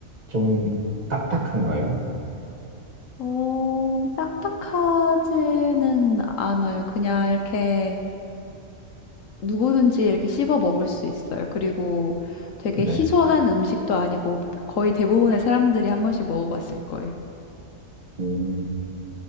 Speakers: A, on the right; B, on the left.
A: 좀 딱딱한가요?
B: 어, 딱딱하지는 않아요. 그냥 이렇게 누구든지 이렇게 씹어 먹을 수 있어요. 그리고 되게
A: 네.
B: 희소한 음식도 아니고 거의 대부분의 사람들이 한 번씩 먹어봤을 거예요.
A: 음,